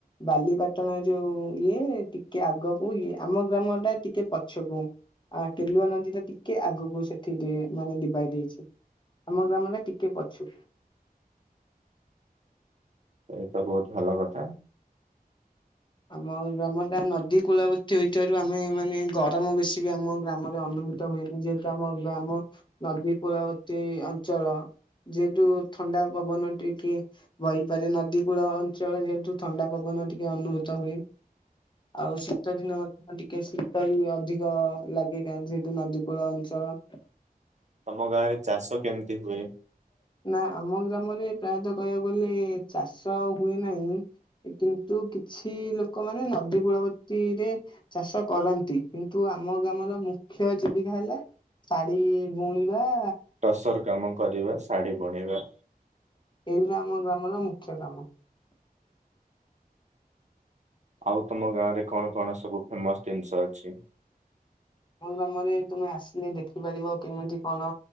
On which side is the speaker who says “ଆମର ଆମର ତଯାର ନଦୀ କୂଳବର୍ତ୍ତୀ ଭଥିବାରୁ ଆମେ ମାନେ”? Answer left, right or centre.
Left